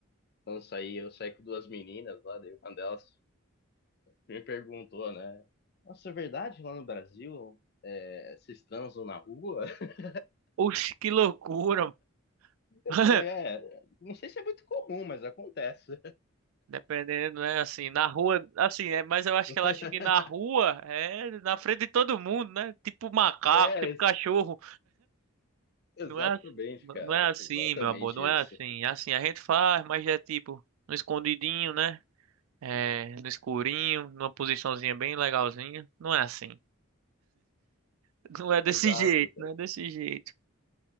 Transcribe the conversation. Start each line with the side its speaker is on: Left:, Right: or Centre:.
Left: quando eu saí, eu saí com duas meninas lá, daí uma delas me perguntou, né? Nossa, é verdade lá no Brasil é, vocês transam na rua? <laughs>
Right: Oxe, que loucura.
Left: Eu
Right: <laughs>
Left: falei, é, não sei se é muito comum, mas acontece.
Right: Dependendo, né? Assim, na rua, assim, é, mas eu acho
Left: <laughs>
Right: que ela acha que na rua é na frente de todo mundo, né? Tipo macaco,
Left: É,
Right: tipo
Left: ex-
Right: cachorro.
Left: exatamente,
Right: Não é, ass-
Left: cara.
Right: não é assim,
Left: Exatamente
Right: meu amor, não é
Left: isso.
Right: assim. É assim, a gente faz, mas é tipo no escondidinho, né? É, no escurinho, numa posiçãozinha bem legalzinha. Não é assim. <laughs> Não é desse
Left: Exato,
Right: jeito,
Left: cara.
Right: não é desse jeito.